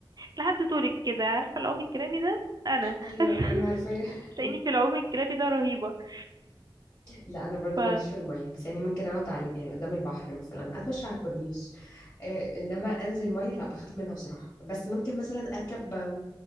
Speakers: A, on the right; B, on the left.
A: لحد طولي كده عارفة العوم الكرابي ده انا
B: ايوه ايوه عارفه
A: <laughs>
B: <laughs>
A: تلاقيني في العوم الكرابي ده رهيبة <laughs>
B: لا انا برضو
A: ف
B: ماليش في الميه بس يعني ممكن اقعد على يعني قدام البحر مثلا اتمشى على الكورنيش آه انما انزل ميه لا بخاف منها بصراحه بس ممكن مثلا اركب